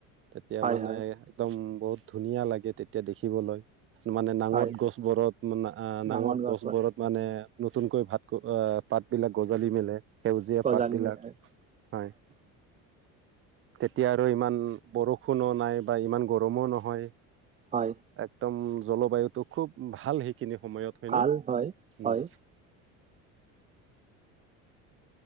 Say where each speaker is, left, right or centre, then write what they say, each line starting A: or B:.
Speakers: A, on the right (about 40°); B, on the right (about 20°).
A: তেতিয়া
B: হয়
A: মানে,
B: হয়
A: একদম বহুত ধুনীয়া লাগে তেতিয়া দেখিবলৈ মানে নাঙঠ
B: হয়
A: গছ, ঘৰত মানে নাঙঠ
B: ডাঙৰ গছ
A: গছবোৰত। মানে নতুনকৈ ভাত গ পাত বিলাক গজালি মেলে। সেউজীয়া
B: গজালি
A: পাত বিলাক
B: মেলে
A: হয়।
B: <inaudible>
A: তেতিয়া আৰু ইমান বৰষুণো নাই বা ইমান গৰমো নহয়।
B: হয়।
A: একদম জলবায়ুতটো খুব ভাল সেইখিনি সময়ত। হয়
B: ভাল
A: ন
B: হয়
A: উম
B: হয়।